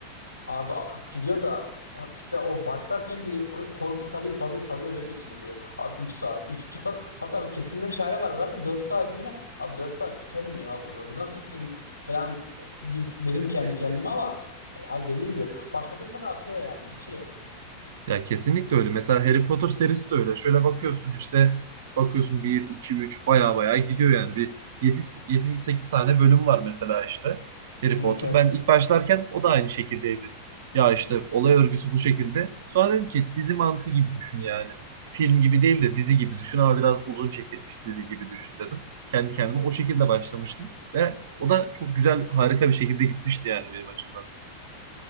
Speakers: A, on the left (about 80°); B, on the right (about 55°).
A: Abi akıp gidiyor da işte o başlarken bir korku sarıyor, salıyor, salıyor değil mi içine böyle? Abi 3 saat, üç buçuk saat hatta bir kesilmemiş hale var herhalde 4 saat mi ne? Abi 4 saat biter mi ya bu? Bu nasıl film falan e, bir dedim kendi kendime ama e, ya dediğin gibi başladın mı da akıyor yani bitiyor.
B: Ya kesinlikle öyle. Mesela Harry Potter serisi de öyle. Şöyle bakıyorsun işte bakıyorsun bir 2 3 baya baya gidiyor yani. Bir yedi yedi 8 tane bölüm var mesela işte Harry
A: Evet
B: Potter.
A: evet.
B: Ben ilk başlarken o da aynı şekildeydi. Ya işte olay örgüsü bu şekilde. Sonra dedim ki dizi mantığı gibi düşün yani. Film gibi değil de dizi gibi düşün ama biraz uzun çekilmiş dizi gibi düşün dedim. Kendi kendime o şekilde başlamıştım ve o da çok güzel harika bir şekilde gitmişti yani benim açımdan.